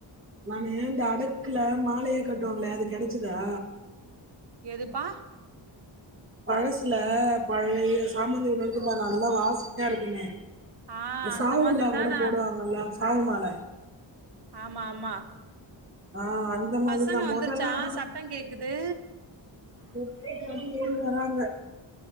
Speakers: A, on the right (about 25°); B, on the right (about 55°).
A: நானே இந்த அடுக்குல மாலையா கட்டுவாங்களோ அது கிடைச்சதா
B: எதுப்பா
A: பழசுல பழைய சாமந்திஒன்னு இருக்குமே நல்லா வாசனயா இருக்குமே
B: ஆ
A: இந்த
B: அந்த
A: சவுல்லாம்
B: மாதிரி தானா
A: கூட போடுவாங்க எல்லா சாவுமால
B: ஆமா ஆமா
A: ஆஹ் அந்த மாதிரி
B: பசங்க
A: தான்
B: வந்துருச்சா
A: மொதல்லாம்
B: சத்தோ கேக்குது
A: உம் அந்த மாரி ஏறி வராங்க